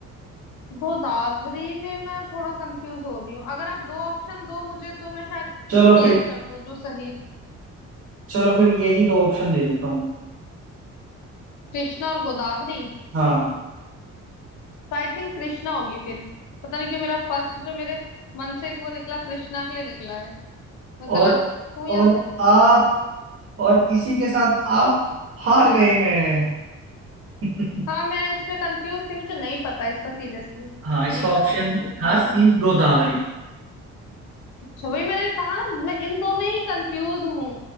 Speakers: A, on the left; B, on the right.
A: गोदावरी में मैं थोड़ा कंफ्यूज हो रही हूँ अगर आप दो ऑप्शन दो मुझे तो मैं शायद क्लियर
B: चलो फिर
A: कर दूं जो सही
B: चलो फिर यही दो ऑप्शन दे देता हूँ
A: कृष्णा और गोदावरी
B: हाँ
A: तो आई थिंक कृष्णा होगी फिर पता नहीं क्यों मेरा फर्स्ट जो मेरे मन से एक वो निकला कृष्णा के लिए निकला है मैं गलत
B: और
A: हूँ या
B: और
A: सही
B: आप और इसी के साथ आप हार गए हैं
A: हाँ
B: <laughs>
A: मैं इसमें कंफ्यूज थी मुझे नहीं पता इसका सीरियसली
B: हाँ इसका
A: नहीं पता
B: ऑप्शन
A: था मुझे इसका
B: था
A: आंसर
B: सी गोदावरी
A: अच्छा वही मैंने कहा ना मैं इन दो में ही कंफ्यूज हूँ